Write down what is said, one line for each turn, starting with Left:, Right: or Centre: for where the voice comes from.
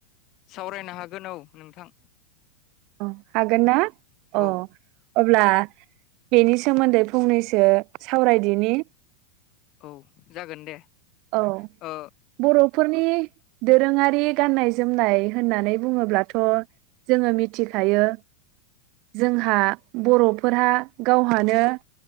Left: सावरायनो हागोन औ नोंथां।
Right: औ हागोन ना अह
Left: औ
Right: अब्ला बेनि सोमोन्दै फंनैसो सावरायदिनि
Left: औ जागोन दे।
Right: औ
Left: ओ
Right: बर' बर'फोरनि दोरोङारि गाननाय जोमनाय होननानै बुङोब्लाथ' जोङो मिथिखायो जोंहा बर'फोरहा गावहानो